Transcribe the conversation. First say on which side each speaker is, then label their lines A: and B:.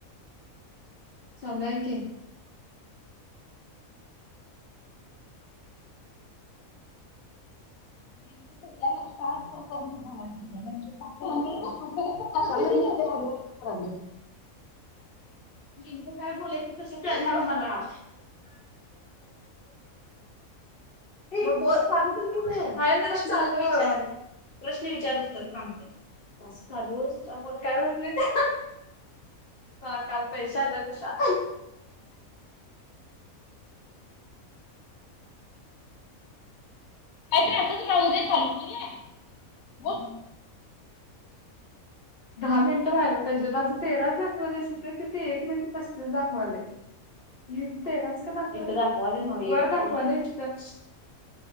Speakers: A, on the left; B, on the left.
A: चालू आहे की
B: <unintelligible> करून घ्या म्हटली <unintelligible> <inaudible>
A: नेमकं काय बोलायचं कसं कळणार मला प्रश्न विचार, प्रश्न विचार उत्तर सांगते. काय म्हटल्या त्या? हां काल पैशे आल्या तश्या
B: काहीतर असंच राहू दे चालू म हे बोल
A: दहा मिनटं व्हायला पाहिजे माझं तेराच दाखवालेय अस तर कि ते एक मिनट पस्तीस दाखवालय. इथं तेराच का दाखवालंय? वर दाखवालंय इथं